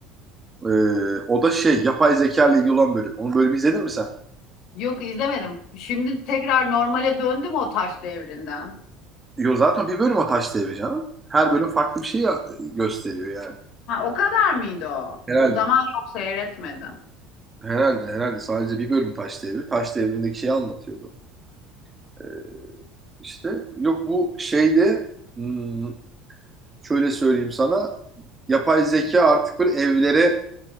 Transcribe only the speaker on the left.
Yok izlemedim. Şimdi tekrar normale döndü mü o taş devrinden?
Ha o kadar mıydı o?
O zaman yok seyretmedim.